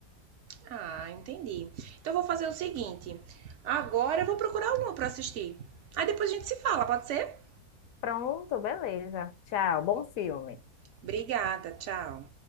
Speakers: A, on the right (about 65°); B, on the left (about 70°).
A: Ah, entendi. Então eu vou fazer o seguinte. Agora eu vou procurar uma para assistir. Aí depois a gente se fala, pode ser?
B: Pronto, beleza. Tchau, bom filme.
A: Obrigada, tchau.